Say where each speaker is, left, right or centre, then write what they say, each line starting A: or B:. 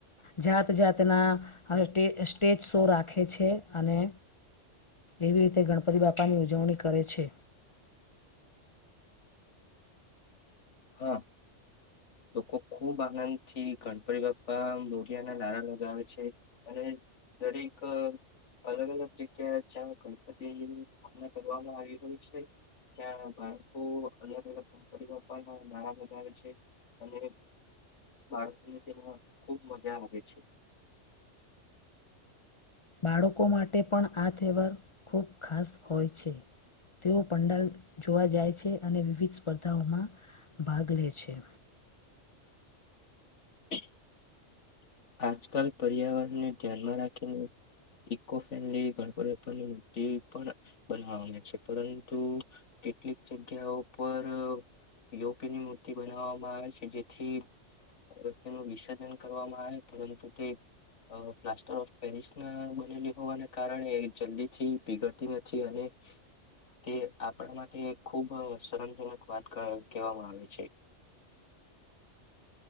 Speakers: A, on the left; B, on the left.
A: જાત જાતના ્ટ સ્ટેજ શો રાખે છે અને એવી રીતે ગણપતિ બાપાની ઉજવણી કરે છે.
B: હા. લોકો ખુબ આનંદ થી ગણપરી બાપા નૂરિયા ના નારા લગાવે છે. અને દરેક અલગ અલગ જગ્યા જ્યાં ગણપતિ ની સ્થાપના કરવામાં આવી હોય છે. ત્યા બળસો અલગ અલગ કામ કર. નાણા બનાવે છે અને બાળકો ને તેમાં ખુબ મજા આવે છે.
A: બાળકો માટે પણ આ તહેવાર ખૂબ ખાસ હોય છે, તેઓ પંડાલ જોવા જાય છે અને વિવિધ સ્પર્ધાઓમાં ભાગ લે છે.
B: <inaudible> આજકાલ પર્યાવરણને ધ્યાનમાં રાખીને ઇકો ફલીૂતિ પણ બના છે પરંતુ કેટલીક જગ્યાઓ પર યોપીની મૂર્તિ બનાવવામાં આવે છે, જેથી્યનું વિસર્જન કરવામાં આવે. પરંતુ તે પ્લાસ્ટર ઓફ પેરિસ ના બનેલી હોવાને કારણે જલ્દી થી બીગડતી નથી અને તે આપણા માટે ખુબ શરમજનક વાત કેહેવામાં આવે છે.